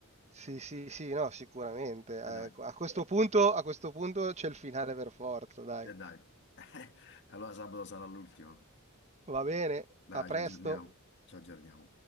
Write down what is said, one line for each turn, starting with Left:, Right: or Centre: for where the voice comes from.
Right: Sì, sì, sì, no, sicuramente. Eh,
Left: e dai.
Right: a questo punto, a questo punto c'è il finale per forza, dai.
Left: E dai, <laughs> allora sabato sarà l'ultimo.
Right: Va bene,
Left: Dai,
Right: a presto.
Left: ci aggiorniamo. Ci aggiorniamo.